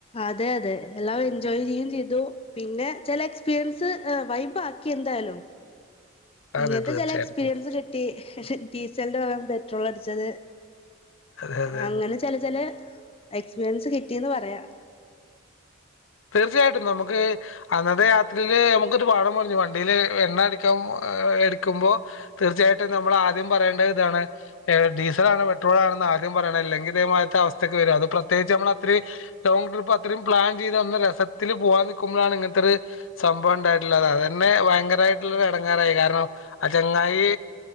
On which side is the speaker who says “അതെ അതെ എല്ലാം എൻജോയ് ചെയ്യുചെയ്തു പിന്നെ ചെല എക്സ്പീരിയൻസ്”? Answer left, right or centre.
Left